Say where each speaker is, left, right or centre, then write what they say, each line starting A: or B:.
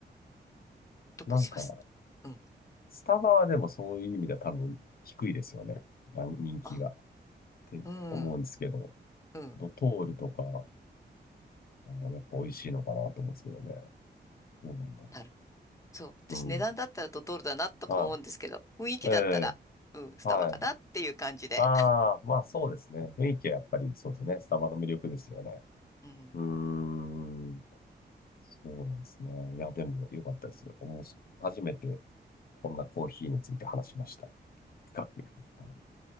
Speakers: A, on the left (about 15°); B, on the left (about 55°).
A: どこにしますうん。
B: なんか、スタバはでもそういう意味では多分低いですよね。ラン人気が。
A: あ、
B: って思うんですけど、
A: うん、うん、
B: ドトールとか、あーやっぱ美味しいのかなと思うんですけどね。どうなんだろ
A: なる。そう。私値段だったらドトールだなとか思うんですけど、
B: う。うん。は
A: 雰囲気だったら、
B: い。ええ、
A: うん、スタバかなっていう感じで。
B: はい。ああ、まあそうですね。雰囲気はやっぱりそうですね。スタバの魅力ですよね。
A: うん。
B: うーん。そうなんですね。いや、でも良かったです。面白い。初めてこんなコーヒーについて話しました。深く。はい